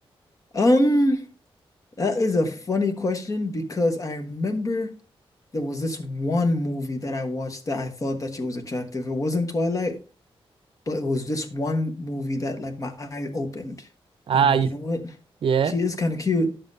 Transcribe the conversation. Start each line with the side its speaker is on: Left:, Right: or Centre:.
Left: Um, that is a funny question because I remember. there was this one movie that I watched that I thought that she was attractive. It wasn't Twilight, but it was this one movie that like my eye opened.
Right: Ah,
Left: And I'm like,
Right: y-
Left: you know what?
Right: yeah.
Left: She is kind of cute.